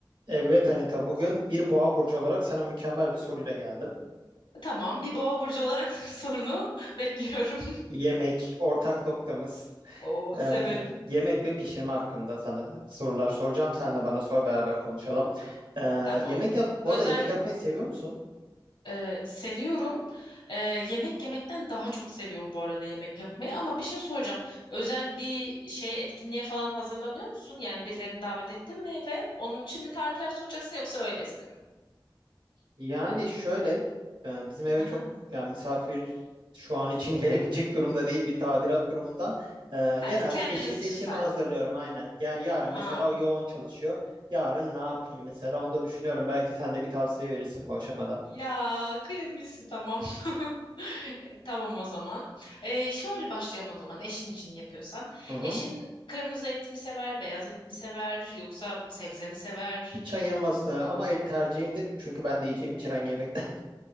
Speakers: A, on the right; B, on the left.
A: Evet Anita, bugün bir boğa burcu olarak sana mükemmel bir soruyla geldim.
B: Tamam, bir boğa burcu olarak <laughs> sorunu <laughs> bekliyorum.
A: <laughs> Yemek, ortak noktamız,
B: O
A: e,
B: severim.
A: yemek ve pişirme hakkında sana sorular soracağım. Sen de bana sor, beraber konuşalım. E,
B: Tamam.
A: yemek yap, bu
B: Özel
A: arada yemek yapmayı seviyor musun?
B: e, seviyorum. E, yemek yemekten daha çok seviyorum bu arada yemek yapmayı. Ama bir şey soracağım. Özel bir şeye etkinliğe falan hazırlanıyor musun? Yani birilerini davet ettin mi ve onun için mi tarifler soracaksın yoksa öylesine mi?
A: Yani şöyle e, bizim eve
B: Hı
A: çok
B: hı.
A: yani misafir şu an için <laughs> gelebilecek durumda değil bir tadilat durumundan. E,
B: Hayır,
A: genelde
B: kendiniz
A: eşi,
B: için
A: eşimi
B: sadece.
A: hazırlıyorum aynen. Yani yarın
B: Aa,
A: mesela o yoğun çalışıyor. Yarın ne yapayım mesela onu da düşünüyorum. Belki sen de bir tavsiye verirsin bu aşamada.
B: Ya kıyamıyorsun tamam. <laughs> E, Tamam o zaman. E, şöyle başlayalım o zaman eşin için yapıyorsan.
A: Hı hı.
B: Eşin kırmızı et mi sever, beyaz et mi sever yoksa sebze mi sever?
A: Hiç ayırmaz e, ama et tercihimdir. Çünkü ben de yiyeceğim için aynı yemekten. <laughs>